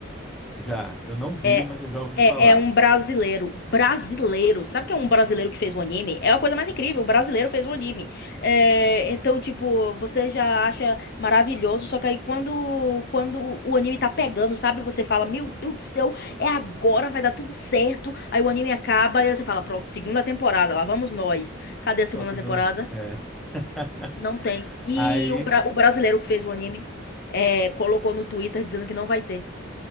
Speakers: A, in the centre; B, on the left.
A: Já, eu não vi,
B: É,
A: mas eu já ouvi
B: é,
A: falar.
B: é um brasileiro. Brasileiro. Sabe o que é um brasileiro que fez o anime? É a coisa mais incrível. Um brasileiro fez o anime. É, então, tipo, você já acha maravilhoso. Só que aí quando, quando o anime tá pegando, sabe? Você fala, meu Deus do céu, é agora, vai dar tudo certo. Aí o anime acaba e aí você fala, pronto, segunda temporada, lá vamos nós. Cadê a
A: Só
B: segunda
A: que
B: temporada?
A: não. é. <laughs>
B: Não tem. E
A: Aí,
B: o, bra- o brasileiro que fez o anime é, colocou no Twitter dizendo que não vai ter.